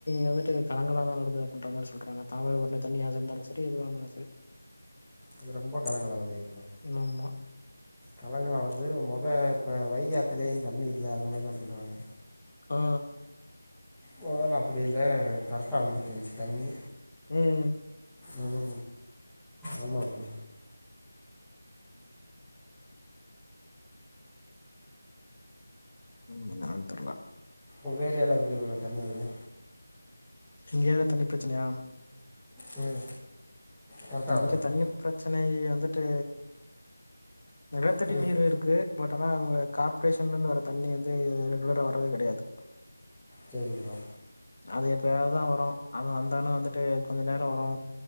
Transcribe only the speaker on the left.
வந்துட்டு கலங்களாதா வருது அப்டீன்ற மாரி சொல்றாங்க தாமபரணி தண்ணியாக இருந்தாலு செரி எதுவானாலோ செரி <unintelligible>
ஆமா
ஆ
ம்
ம் இன்னானு தெர்ல
எங்கயாவது தண்ணி பிரச்சனையா
இங்க
தண்ணி பிரச்சனை வந்துட்டு நிலத்தடி
நீர் இருக்கு பட் ஆனா அவங்க கார்பரேஷன்ல இருந்து வர தண்ணி வந்து ரெகுலரா வரது கெடையாது
அது எப்பயாதுதா வரோ அது வந்தாலும் வந்துட்டு கொஞ்ச நேரோ வரோ